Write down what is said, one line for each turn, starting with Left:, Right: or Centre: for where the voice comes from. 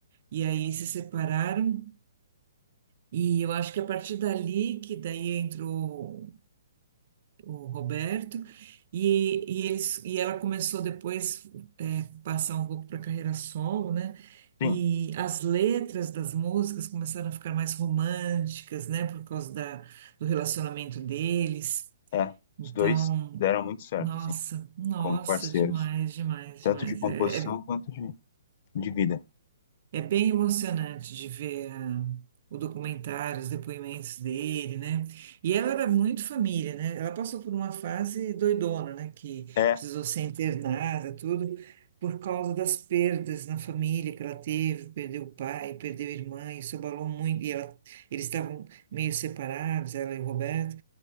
Right: e aí se separaram. E eu acho que a partir dali que daí entrou. o Roberto, e, e, eles, e ela começou depois é, passar um pouco para carreira solo, né?
Left: Sim,
Right: E as letras das músicas começaram a ficar mais românticas, né? Por causa da, do relacionamento deles.
Left: é.
Right: Então,
Left: Os dois deram muito certo,
Right: nossa,
Left: assim,
Right: nossa,
Left: como parceiros.
Right: demais, demais,
Left: Tanto
Right: demais.
Left: de composição
Right: É, é
Left: quanto de, de vida.
Right: é bem emocionante de ver a- o documentário, os depoimentos dele, né? E ela era muito família, né? Ela passou por uma fase doidona, né? Que
Left: É,
Right: precisou ser internada, tudo, por causa das perdas na família que ela teve, perdeu o pai, perdeu a irmã, isso abalou muito. E ela- eles estavam meio separados, ela e o Roberto,